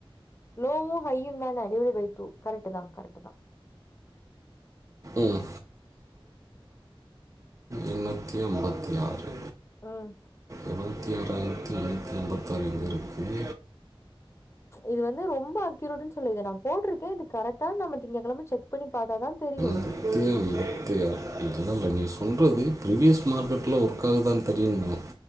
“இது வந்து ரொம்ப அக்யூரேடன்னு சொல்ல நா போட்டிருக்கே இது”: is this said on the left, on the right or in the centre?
Left